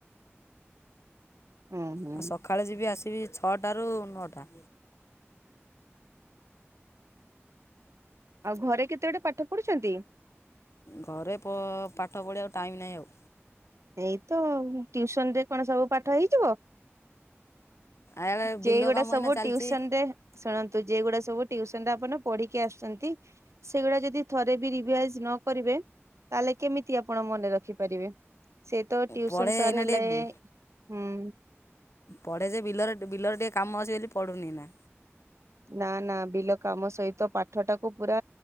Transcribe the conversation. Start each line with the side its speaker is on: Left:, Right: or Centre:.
Right: ହୁଁ ହୁଁ।
Left: ଆଉ ସକାଳେ ଯିବି ଆସିବି ଛଅଟାରୁ ନଅଟା।
Right: ଆଉ ଘରେ କେତେ ଗଟେ ପାଠ ପଢୁଛନ୍ତି।
Left: ଘରେ ପାଠ ପଢ଼ିବା ଆକୁ ଟାଇମ୍ ନାହିଁ ଆଉ।
Right: ଏଇତ ଆଉ ଟ୍ୟଉସନ ରେ କଣ ସବୁ ପାଠ ହେଇଯିବ।
Left: ଆଡ଼େ
Right: ଯେ
Left: ବିଲ
Right: ଏଇଗୁଡ଼ା
Left: କାମ
Right: ସବୁ
Left: ଏଇନା ଚାଲିଛି
Right: ଟିଉସନ ରେ ଶୁଣନ୍ତୁ ଯେ ଏଗୁଡା ସବୁ ଟିୟୁସନ ଟରେ ଆପଣ ପଢିକି ଆସୁଛନ୍ତି। ସେଗୁଡା ଯଦି ଥରେ ବି ରିଭାଇଜ ନ କରିବେ ତାହେଲେ କେମିତି ଆପଣ ମନେ ରଖି ପାରିବେ ସେ ତ ଟିୟୁସନ
Left: ପଢ଼େ
Right: ସାର୍
Left: ଏଇନା
Right: ହେଲେ
Left: ଟିକେ
Right: ହୁଁ।
Left: ପଢ଼େ ଯେ ବିଲରେ ବିଲରେ ଟିକେ କାମ ଅଛି ବୋଲି ପଢ଼ୁନି ଏଇନା।
Right: ନା ନା ବିଲ କାମ ସହିତ ପାଠ ଟାକୁ ପୁରା